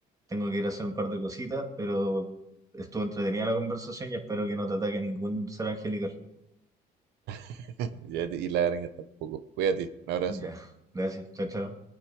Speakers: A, on the right (about 20°); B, on the right (about 85°).
A: Tengo que ir a hacer un par de cositas, pero estuvo entretenida la conversación y espero que no te ataque ningún ser angelical.
B: <laughs> Ya, y la araña tampoco. Cuídate, un abrazo.
A: Ya, gracias. Chao, chao.